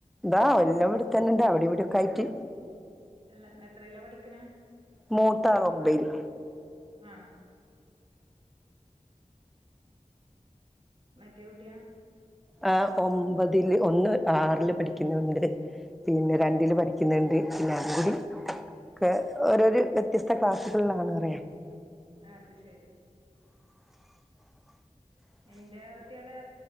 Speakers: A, in the centre; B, on the right.
A: ഇതാ വെല്ലിയോൻ ഇവിടെത്തന്നെയുണ്ട് അവിടെയൊക്കെയായിട്ട്.
B: അല്ല എത്രീലാ പഠിക്ക്ണേ
A: മൂത്താള് ഒമ്പൈല്
B: ആഹ് മറ്റേ കുട്ടിയാ
A: ആഹ് ഒമ്പതില് ഒന്ന് ആറില് പഠിക്കുന്നുണ്ട് പിന്നെ രണ്ടില്
B: ആഹ്
A: പഠിക്കുന്നുണ്ട് <unintelligible> ഒക്കെ ഓരോ വ്യത്യസ്ത ക്ലാസ്സുകളിലാണ് അറിയാ
B: ആഹ് അത് ശരി എന്റെ കുട്ടിയേളെ